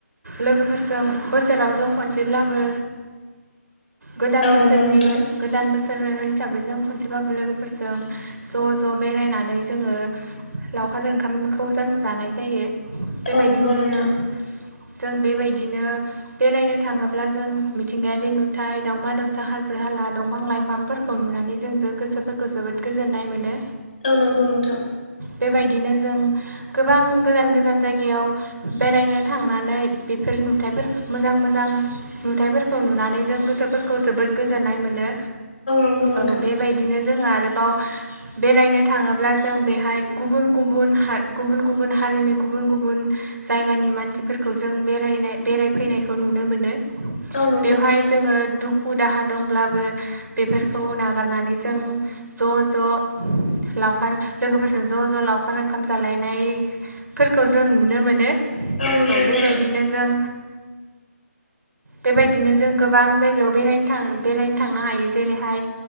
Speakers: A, on the right; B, on the left.
A: लोगोफोरजों बोसोराव जों खनसेब्लाबो गोदान
B: औ
A: बोसोरनि
B: नंगौ नोंथां
A: गोदान बोसोर <unintelligible> हिसाबै जों खनसेबाबो लोगोफोरजों ज ज बेरायनानै जोङो लावखार ओंखाम लावखार ओंखामखौ जों जानाय जायो बेबायदिनो
B: औ नंगौ नोंथां
A: जों जों बेबायदिनो बेरायनो थाङोब्ला जों मिथिंगायारि नुथाय दावमा दावसा हाजो हाला हाला दंफां लाइफांफोरखौ नुनानै जों जो गोसोफोरखौ जोबोद गोजोननाय मोनो
B: औ नंगौ नोंथां
A: बेबायदिनो जों गोबां गोजान गोजान जायगायाव बेरायनो थांनानै बेफोर नुथाइफोर मोजां मोजां नुथाइफोरखौ नुनानै जों गोसोफोरखौ जोबोद गोजोननाय मोनो
B: नंगौ नोंथां
A: औ बेबायदिनो जोंहा आरोबाव बेरायनो थाङोब्ला जों बेहाय गुबुन गुबुन गुबुन गुबुन हारिनि गुबुन गुबुन जायगानि मानसिफोरखौ खौ जों बेरायनाय बेराय फैनायखौ नुनो मोनो
B: औ नंगौ
A: बेवहाय
B: नोंथां
A: जोङो दुखु खु दाहा दंब्लाबो बेफोरखौ नागारनानै जों ज ज लावखार लोगोफोरजों ज ज लावखार ओंखाम जालायनाय फोरखौ जों नुनो मोनो
B: नंगौ
A: औ
B: नोंथां
A: बेबायदिनो जों बेबायदिनो जों गोबां जायगायाव बेरायनो थाङो बेरायनो थांनो हायो जेरैहाय